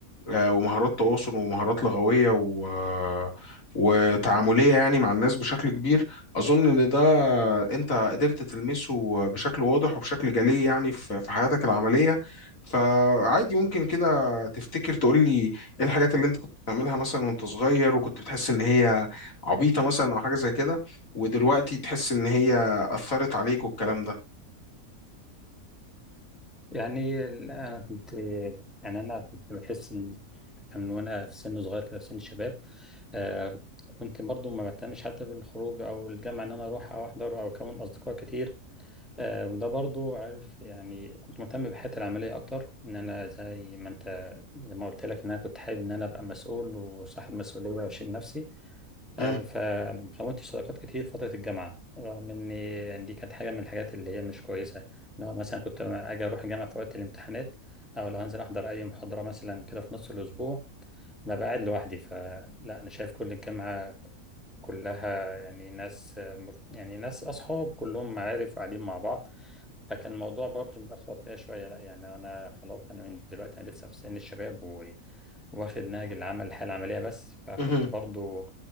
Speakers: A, on the left; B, in the centre.
A: آه، ومهارات تواصل ومهارات لغوية و آه، وتعاملية يعني مع الناس بشكل كبير أظن إن ده أنت قدرت تلمسه بشكل واضح وبشكل جلي يعني في في حياتك العملية فعادي ممكن كده تفتكر تقول لي إيه الحاجات اللي أنت كنت بتعملها مثلا وأنت صغير وكنت بتحس إن هي عبيطة مثلا أو حاجة زي كده ودلوقتي تحس إن هي أثرت عليك والكلام ده
B: يعني ال- انا كنت يعني انا كنت بحس ان كان وانا في سن صغير كده في سن الشباب آه كنت برضو ما بهتمش حتى بالخروج او الجامعه ان انا اروح او احضر او اكون اصدقاء كتير آه وده برضو عارف يعني كنت مهتم بحياتي العمليه اكتر ان انا زي ما انت لما قلت لك ان انا كنت حابب ان انا ابقى مسؤول وصاحب مسؤوليه واشيل نفسي
A: مم.
B: آه، فكونت صداقات كتير في فترة الجامعة رغم إن دي كانت حاجة من الحاجات اللي هي مش كويسة إن هو مثلا كنت لما أجي أروح الجامعة في وقت الامتحانات أو لو هنزل أحضر أي محاضرة مثلا كده في نص الأسبوع ببقى قاعد لوحدي فلا أنا شايف كل الجامعة كلها يعني ناس آه، مر- يعني ناس أصحاب كلهم معارف قاعدين مع بعض لكن الموضوع برضه متأخر فيها شوية لا يعني أنا خلاص أنا من دلوقتي أنا لسه في سن الشباب و- واخد نهج العمل الحياة العملية بس فكنت
A: مهم.
B: برضه